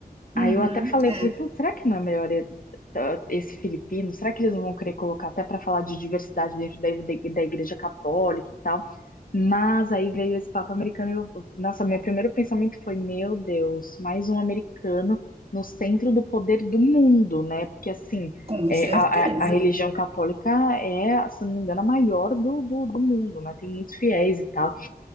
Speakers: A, on the right (about 40°); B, on the left (about 60°).
A: Uhum,
B: Aí eu até falei,
A: é,
B: eu falei, putz, será que não é melhor e- tá, esse filipino? Será que eles não vão querer colocar até para falar de diversidade dentro da, igre- da igreja católica e tal? Mas aí veio esse papo americano e eu, nossa, meu primeiro pensamento foi, meu Deus, mais um americano no centro do poder do mundo, né? Porque assim,
A: com
B: é,
A: certeza.
B: a, a- a religião católica é, se não me engano, a maior do, do, do mundo, né? Tem muitos fiéis e tal.